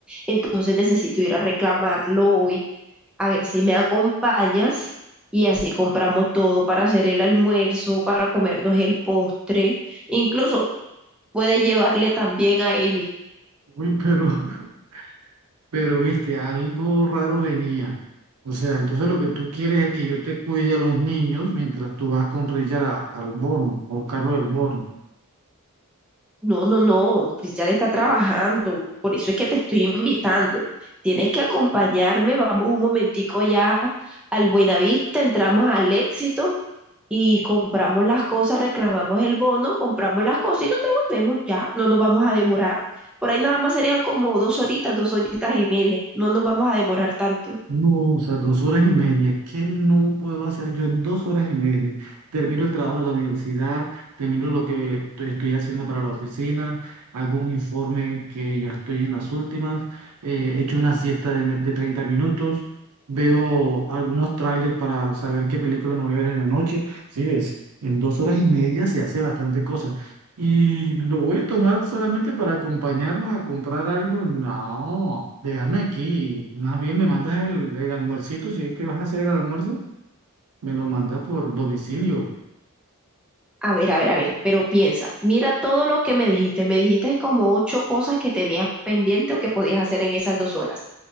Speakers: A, in the centre; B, on the right.
A: Entonces necesito ir a reclamarlo hoy, a ver si me acompañas y así compramos todo para hacer el almuerzo, para comernos el postre, incluso puede llevarle también a Amy.
B: Uy, pero <laughs> Pero viste, algo raro venía. O sea, entonces lo que tú quieres es que yo te cuide a los niños mientras tú vas con Richard a- al bono, a buscarlo del bono.
A: No, no, no, Cristian está trabajando, por eso es que te estoy invitando. Tienes que acompañarme, vamos un momentico ya al Buenavista, entramos al Éxito y compramos las cosas, reclamamos el bono, compramos las cosas y nos devolvemos ya, no nos vamos a demorar. Por ahí nada más serían como dos horitas, dos horitas y media, no nos vamos a demorar tanto.
B: No, o sea, dos horas y media. ¿Qué no puedo hacer yo en dos horas y media? Termino el trabajo de la universidad, termino lo que estoy estoy haciendo para la oficina, hago un informe que ya estoy en las últimas, eh, echo una siesta de, me- de 30 minutos, veo algunos trailers para saber qué película me voy a ver en la noche. Sí, ves, en dos horas y media se hace bastante cosa. Y lo voy a tomar solamente para acompañarlos a comprar algo. No, déjame aquí. Más bien me mandas el, el almuercito. Si es que vas a hacer el almuerzo, me lo mandas por domicilio.
A: A ver, a ver, a ver, pero piensa, mira todo lo que me dijiste, me dijiste como ocho cosas que tenías pendiente o que podías hacer en esas dos horas.